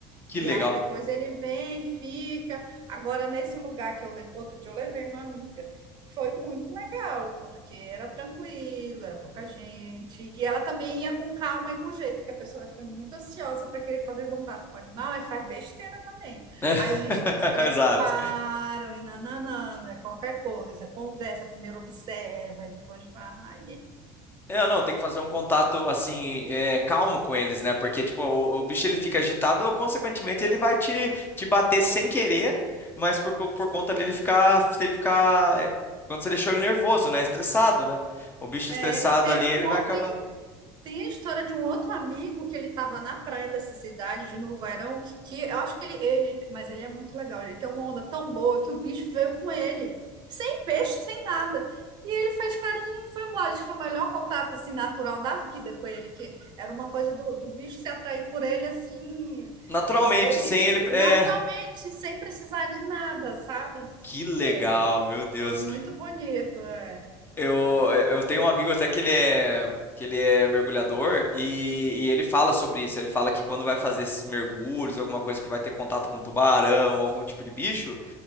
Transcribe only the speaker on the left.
Que
legal.
<laughs>
Exato.
É, não, tem que fazer um contato assim, é, calmo com eles, né? Porque, tipo, o, o bicho ele fica agitado, consequentemente ele vai te, te bater sem querer, mas por, co- por conta dele ficar, se ele ficar, é, quando você deixou ele nervoso, né? Estressado, né? O bicho
estressado
ali, ele
vai acabar
naturalmente,
sem ele, é,
que legal,
meu Deus.
Eu,
eu tenho um amigo até que ele é, que ele é mergulhador e, e ele fala sobre isso. Ele fala que quando vai fazer esses mergulhos, alguma coisa que vai ter contato com tubarão, algum tipo de bicho,